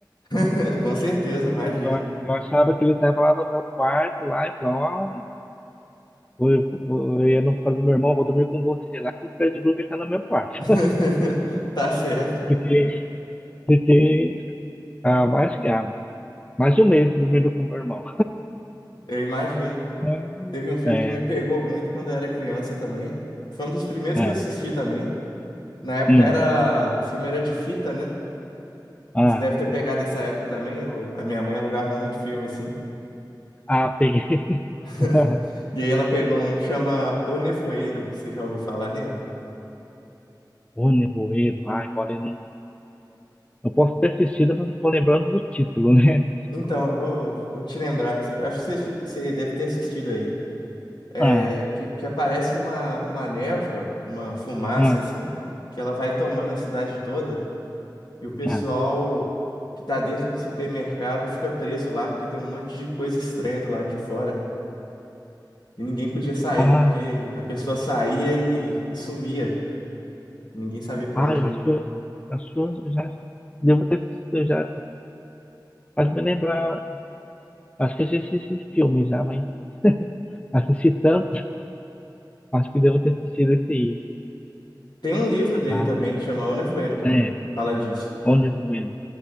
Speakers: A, on the left; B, on the left.
A: <laughs> Com certeza, imagino.
B: Eu, eu achava que ele estava lá no meu quarto, lá, e falava, ó, vou- eu, vou- eu ia no caso do meu irmão, vou dormir com você lá, que o Fred Krueger está no meu quarto.
A: <laughs> Tá certo,
B: <laughs> Fiquei, fiquei ah, mais que ah, mais de um mês dormindo com o meu irmão.
A: eu imagino.
B: <laughs> É,
A: Teve um filme
B: é,
A: que me pegou muito quando eu era criança também. Foi um dos primeiros
B: ah,
A: que eu assisti também. Na época
B: hum,
A: era. O filme era de fita, né?
B: ah,
A: Você deve ter pegado essa época também. o- A minha mãe alugava muito filme, assim.
B: ah, peguei.
A: <laughs>
B: <laughs>
A: E aí ela pegou um que chama O Nevoeiro. Você já ouviu falar nele?
B: O Nevoeiro, ai, agora eu não. Eu posso ter assistido, mas não tô lembrando do título, né?
A: Então, eu vou, vou te lembrar. Acho que você, você deve ter assistido a ele. É,
B: Ah,
A: que, que aparece uma, uma névoa, uma fumaça,
B: ah,
A: assim, que ela vai tomando a cidade toda. E o pessoal
B: ah,
A: que tá dentro do supermercado fica preso lá, porque tem um monte de coisa estranha do lado de fora. E ninguém podia sair,
B: ah,
A: porque a pessoa saía e, e sumia. Ninguém sabia pra
B: ah,
A: onde
B: eu
A: ia.
B: acho que eu, acho que eu já devo ter assistido, eu já. Faz me lembrar, acho que eu já assisti esse filme já, mas assisti tanto, acho que devo ter assistido esse aí.
A: Tem um livro dele
B: Ah,
A: também que chama O Nevoeiro também,
B: é,
A: fala disso.
B: O Nevoeiro.